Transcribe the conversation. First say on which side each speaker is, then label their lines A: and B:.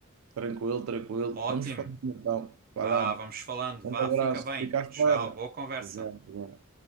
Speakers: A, on the right (about 80°); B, on the right (about 45°).
A: Tranquilo, tranquilo.
B: Ótimo.
A: Vamos falar então. Valeu.
B: Vá, vamos falando.
A: Um
B: Vá,
A: abraço.
B: fica bem.
A: Fica à espera.
B: Tchau, boa conversa.
A: Já, já.